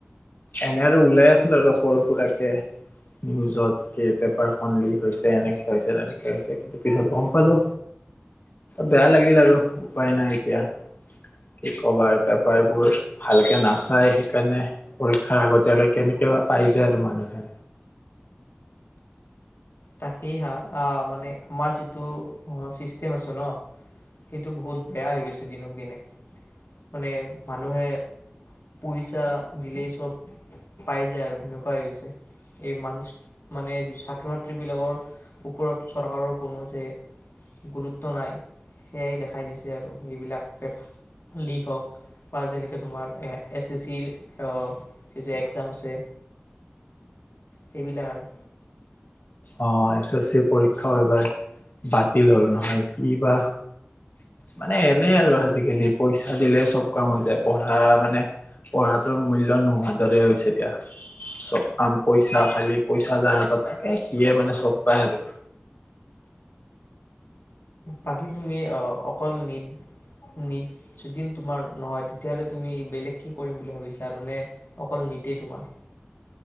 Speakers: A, on the left (about 50°); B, on the left (about 85°).
A: এনে আৰু ওলাই আছিল আৰু সৰু-সুৰাকে নিউজত, কি পেপাৰখন লীক হৈছে এনেকে হৈছে তেনেক কিন্তু পিছত গম পালো, বেয়া লাগিল আৰু উপায় নাই এতিয়া কি কবা আৰু পেপাৰবোৰ ভালকে নাচাই, সেইকাৰণে পৰীক্ষাৰ আগতীয়াকে কেনেকে পাই যায় আৰু মানুহে।
B: তাকেই হা আহ মানে আমাৰ যিটো চিষ্টেম আছে ন, সেইটো বহুত বেয়া হৈ গৈছে। দিনক দিনে মানে মানুহে পইচা দিলেই চব পাই যায় আৰু সেনেকুৱা হৈ গৈছে এই মানুহ চ মানে ছাত্ৰ-ছাত্ৰী, ছাত্ৰীবিলাকৰ ওপৰত চৰকাৰৰ কোনো যে গুৰুত্ব নাই। সেয়াই দেখাই দিছে আৰু এইবিলাক পেপাৰ লীক হওক বা যেনেকে তোমাৰ এছ এছ চিৰ আহ যিটো এক্সাম আছে সেইবিলাক আৰু
A: অ' এছ এছ চিৰ পৰীক্ষাও এইবাৰ বাতিল হল নহয়, কিবা মানে এনে আৰু আজিকালি পইচা দিলে চব কাম হৈ যায়, পঢ়া মানে পঢ়াটোৰ মূল্য নোহোৱাৰ দৰে হৈছে দিয়া। চব কাম পইচা খালি পইচা যাৰ হাতত থাকে সিয়ে মানে চব পায় আৰু।
B: বাকী তুমি অ অকল নীট-নীট যদি তোমাৰ নহয় তেতিয়াাহলে তুমি বেলেগ কি কৰিম বুলি ভাবিছা আৰু নে অকল নীটেই তোমাৰ?